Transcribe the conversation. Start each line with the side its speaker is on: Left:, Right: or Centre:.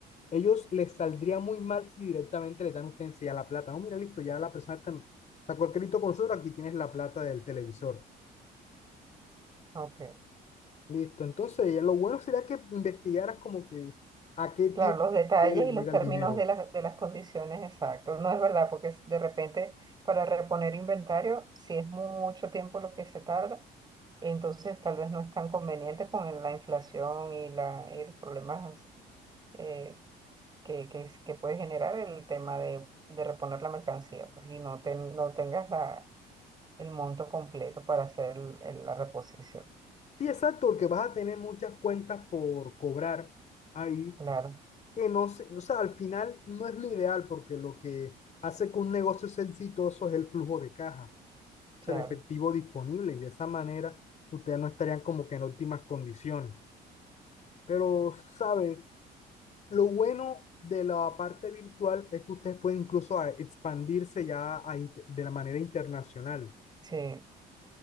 Left: Ellos les saldría muy mal si directamente le dan a usted en sí a la plata. No, mira, listo, ya la persona está- sacó el crédito con nosotros, aquí tienes la plata del televisor.
Right: Ok.
Left: Listo, entonces ya lo bueno sería que investigaras como que a qué tiempo
Right: Claro, los detalles
Left: le
Right: y los
Left: llega
Right: términos
Left: el dinero.
Right: de las, de las condiciones exactos. No es verdad, porque es- de repente para reponer inventario, si es mucho tiempo lo que se tarda, entonces tal vez no es tan conveniente con la inflación y la, el problema eh, que, que, es- que puede generar el tema de, de reponer la mercancía, pues, y no, ten- no tengas la, el monto completo para hacer el- el- la reposición.
Left: Sí, exacto, porque vas a tener muchas cuentas por cobrar ahí,
Right: Claro,
Left: que no se, o sea, al final no es lo ideal, porque lo que hace que un negocio sea exitoso es el flujo de caja, o
Right: claro,
Left: sea, el efectivo disponible, y de esa manera ustedes no estarían como que en óptimas condiciones. Pero, ¿sabes? Lo bueno de la parte virtual es que ustedes pueden incluso a- expandirse ya a inte- de la manera internacional.
Right: sí,